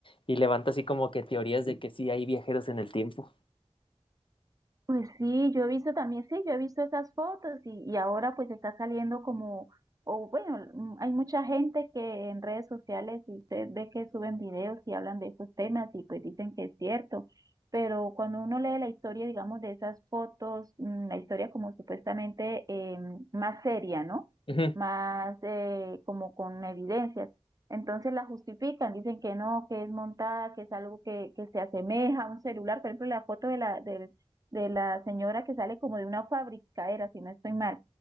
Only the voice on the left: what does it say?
y levanta así como que teorías de que sí hay viajeros en el tiempo.
Ujú,